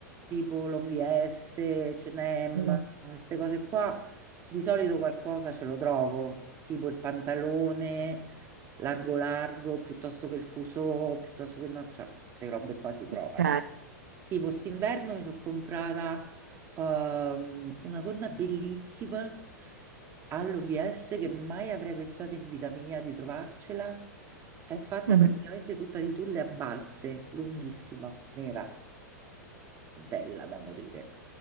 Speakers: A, on the right; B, on the right.
A: tipo l'OVS, H&M,
B: mm,
A: queste cose qua, di solito qualcosa ce lo trovo, tipo il pantalone largo largo, piuttosto che il fuso, piuttosto che no, cioè, queste robe qua si trovano.
B: ok.
A: Tipo, st'inverno mi sono comprata ehm, una gonna bellissima all'OVS che mai avrei pensato in vita mia di trovarcela. È fatta
B: Mm,
A: praticamente tutta di tulle a balze, lunghissima, nera, bella da morire.